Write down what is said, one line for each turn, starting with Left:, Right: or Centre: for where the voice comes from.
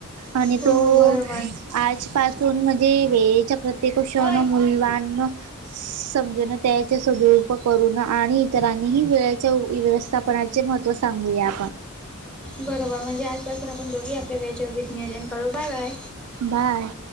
Right: आणि
Centre: हो
Right: तो
Centre: बरोबर
Right: आजपासून म्हणजे वेळेच्या प्रत्येक क्षण
Centre: होय
Right: मुळी लहान म <unintelligible> ससमजण <unintelligible> त्याचे सदुपयोग करून आणि इतरांनीही वेळेच्या वेळेस पनाचे महत्व सांगूया
Centre: बरोबर म्हणजे आजपासून आपण दोघी आपल्या वेळेचे नीट नियोजन करू बाय बाय.
Right: बाय.